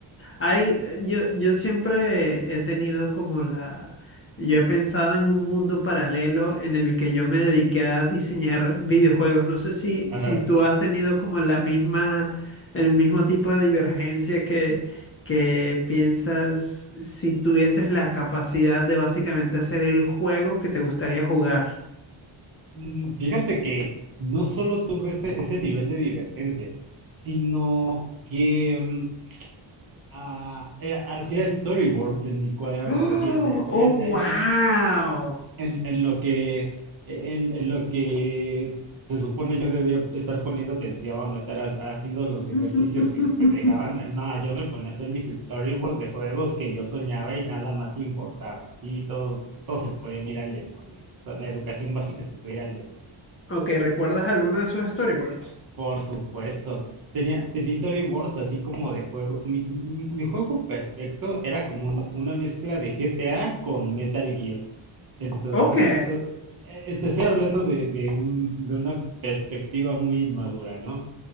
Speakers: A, on the left (about 30°); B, on the right (about 50°).
A: Hay, eh, yo, yo siempre he tenido como la, yo he pensado en un mundo paralelo en el que yo me dediqué a diseñar videojuegos. No sé si,
B: Ajá.
A: si tú has tenido como la misma, el mismo tipo de divergencia que, que piensas si tuvieses la capacidad de básicamente hacer el juego que te gustaría jugar.
B: Mm, Fíjate que no solo tuve ese, ese nivel de divergencia, sino que mm, Ah, eh, hacía storyboards en mis cuadernos,
A: ¡Oh!
B: así en, en,
A: ¡Oh,
B: en,
A: wow!
B: en- en lo que, en, en lo que se supone yo debía estar poniendo atención, estar ha- haciendo los ejercicios
A: <laughs>
B: que, que te dejaban. No, yo me ponía a hacer mis storyboards de juegos que yo soñaba y nada más importaba. Así todo, todo se podían ir al demonio. toda la educación básica se podía ir al demonio.
A: Ok, ¿recuerdas alguno de esos storyboards?
B: Por supuesto. Tenía, tenía storyboards así como de juego. Mi, mi- mi juego perfecto era como un- una mezcla de GTA con Metal Gear. Entonces,
A: Ok.
B: eh, eh, te estoy hablando de, de un, de una perspectiva muy inmadura, ¿no?